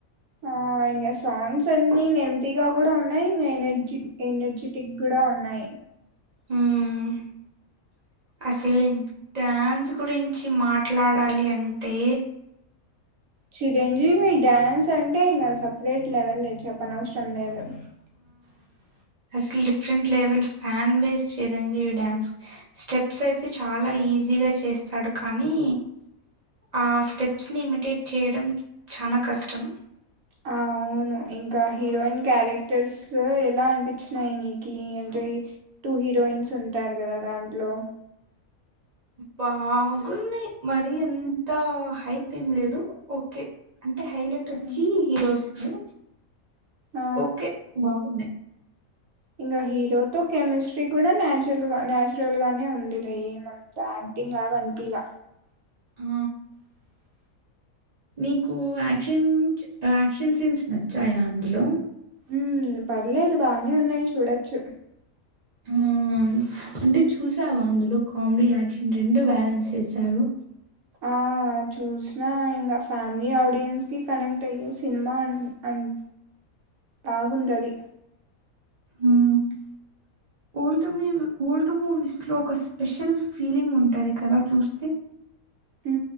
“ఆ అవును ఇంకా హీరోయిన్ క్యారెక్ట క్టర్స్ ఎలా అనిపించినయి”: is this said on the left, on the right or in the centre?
Right